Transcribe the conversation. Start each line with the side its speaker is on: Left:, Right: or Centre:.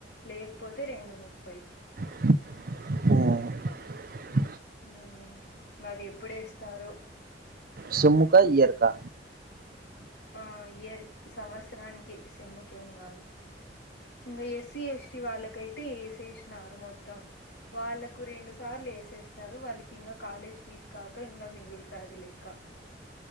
Left: లేకపోతే రెండు ముప్పై
Right: ఆ
Left: ఉమ్ మది ఎప్పుడేస్తారో
Right: సేముక ఇయర్ కా
Left: ఆ ఇయర్ సంవత్సరానికి సేమ్ముకేమి కాదు ఇంగ ఎస్సీ ఎస్టి వాళ్ళకైతే ఎసేషినారు మొత్తం వాళ్ళకు రెండు సార్లు వేసేస్తారు వాళ్ళకింగా కాలేజ్ ఫీజు కాక ఇంగా మిగులుతది లెక్క